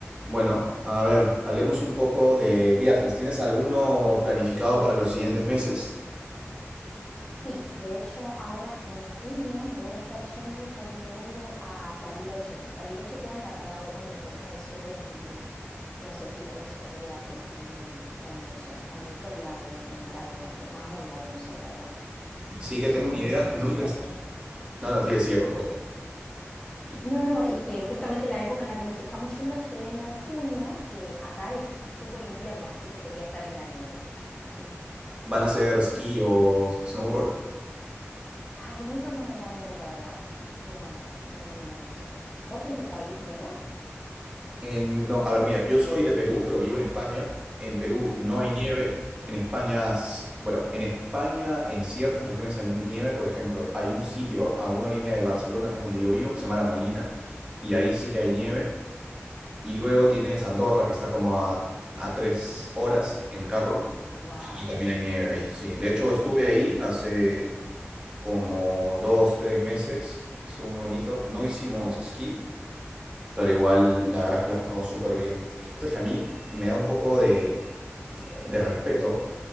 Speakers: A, on the right; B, on the left.
A: Bueno, a ver, hablemos un poco de viajes. ¿Tienes alguno planificado para los siguientes meses?
B: Sí, de hecho, ahora en junio me voy a estar yendo con mi novio a Bariloche. Bariloche queda en la Patagonia, que es en el sur de Argentina. No sé si tenés una idea, pero es muy hermoso. Hay muchos lagos, montañas, es más montañoso, la verdad.
A: Así que tengo
B: Y
A: una idea.
B: nos
A: Nunca.
B: estarían,
A: es- No, no, sigue, sigue, por
B: perdón.
A: favor.
B: No, no, es que justamente la época en la que nos estamos yendo es pleno junio, que acá es súper invierno, así que sería estar en la nieve. Mm.
A: ¿Van a ser esquí o snowboard?
B: Ay, nunca me animé, la verdad. No, no me animé a eso. ¿Vos en tu país nieva?
A: En- No, a ver, mira, yo soy de Perú, pero vivo en España. En Perú no hay nieve. En España, s- bueno, en España, en ciertas regiones hay nieve. Por ejemplo, hay un sitio a una hora y media de Barcelona, que es donde yo vivo, que se llama La Molina, y ahí sí que hay nieve. Y luego tienes Andorra, que está como a, a tres horas en carro.
B: Wow,
A: Y también hay nieve ahí, sí. De hecho, estuve ahí hace como dos, tres meses. Estuvo muy bonito. No hicimos esquí, pero igual la verdad es que la pasamos súper bien. Entonces, que a mí me da un poco de, de respeto